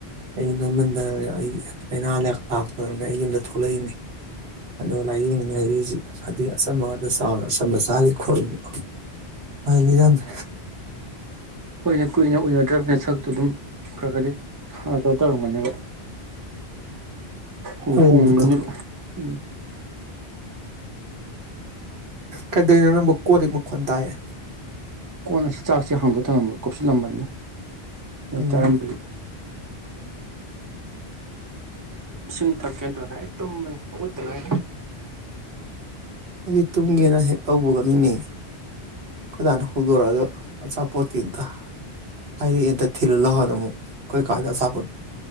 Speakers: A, on the right; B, on the right.
A: ꯑꯩ ꯅꯣꯏꯃꯗ꯫ ꯑꯩꯒꯤ ꯂꯥꯏꯅꯥ ꯂꯥꯏ ꯂꯥꯛꯇꯗꯅ ꯑꯩ ꯌꯨꯝꯗ ꯊꯣꯛꯂꯛꯏꯅꯤ꯫ ꯑꯗꯨꯂ ꯌꯦ ꯍꯥꯏꯖꯤꯛ ꯍꯧꯖꯤꯛ ꯑꯗꯨꯗꯒꯤ ꯑꯆꯝꯝꯕ ꯉꯥꯛꯇ ꯆꯥꯎꯅ ꯑꯆꯝꯝꯕ ꯆꯥꯔꯤ ꯈꯣꯠꯂꯤꯕ ꯃꯥꯏ ꯂꯤꯔꯝꯃꯦ
B: ꯀꯏꯅ ꯀꯨꯏꯅ ꯎꯏꯅꯗ꯭ꯔꯕꯅꯤꯅ ꯁꯛ ꯇ ꯑꯗꯨꯝ ꯈꯔ ꯈꯔꯗꯤ ꯑ ꯑꯗꯨ ꯇꯧꯔꯝꯒꯅꯦꯕ ꯑꯩ
A: ꯍꯣꯡꯕꯗꯣ
B: ꯍꯣꯡꯒꯅꯦꯕ ꯎꯝ
A: ꯀꯩꯗꯧꯅꯣ ꯅꯪꯕꯨ ꯀꯣꯛ ꯂꯤꯛ ꯃꯈꯣꯟ ꯇꯥꯏꯌꯦ
B: ꯀꯣꯟꯅꯁꯨ ꯆꯥꯛꯁꯦ ꯍꯥꯡꯗꯣꯛ ꯑꯒꯥ ꯊꯝꯃꯥꯝꯕ ꯀꯨꯞꯁꯤꯜꯂꯝꯕꯅꯤꯅ ꯑꯩ
A: ꯎꯝ
B: ꯇꯔꯝꯕꯤ ꯏꯁꯤꯡ ꯊꯛꯀꯦꯗꯅ ꯑꯩ ꯇꯨꯝꯕꯅꯤ ꯍꯧꯒꯠꯇꯅꯥꯏꯔꯤ
A: ꯑꯩꯗꯤ ꯇꯨꯝꯒꯦꯅ ꯍꯦꯛ ꯇꯧꯕꯒꯅꯤꯅꯦ ꯀꯣꯏꯗꯥꯅ ꯍꯧꯗꯣꯔꯛꯑꯒ ꯑꯆꯥꯄꯣꯠꯇ ꯑꯝꯇ ꯍꯥꯏꯔꯛꯝꯇ ꯊꯤꯜꯂ ꯂꯥꯛꯑꯣꯅ ꯑꯃꯨꯛ ꯀꯈꯣꯏ ꯀꯥꯗ ꯑꯆꯥꯄꯣꯠ